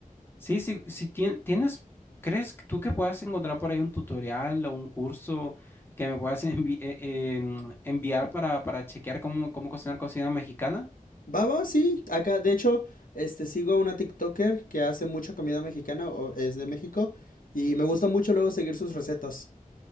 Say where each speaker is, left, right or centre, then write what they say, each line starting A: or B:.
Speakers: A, on the left; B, on the left.
A: Sí, sí, si tien- tienes, ¿crees que tú que puedas encontrar por ahí un tutorial o un curso que me puedas envi- eh, eh, mm, enviar para, para chequear cómo, cómo cocinar cocina mexicana?
B: Va, va, sí. Acá, de hecho, este, sigo a una TikToker que hace mucha comida mexicana, o es de México, y me gusta mucho luego seguir sus recetas.